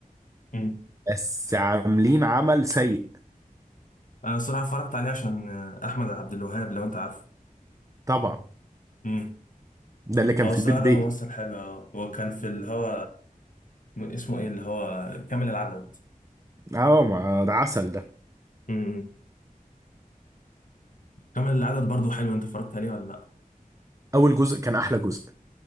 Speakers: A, on the left; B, on the right.
A: امم
B: بس عاملين عمل سيء
A: انا الصراحه اتفرجت عليه عشان آه، احمد عبد الوهاب لو انت عارفه
B: طبعا
A: امم
B: ده اللي كان
A: هو
B: في
A: الصراحه
B: البيت بيتي
A: ده ممثل حلو اه. هو كان في اللي هو اسمه ايه اللي هو كامل العدد
B: اه ما ده عسل ده
A: امم كامل العدد برضو حلو انت اتفرجت عليه ولا
B: اول جزء كان احلى جزء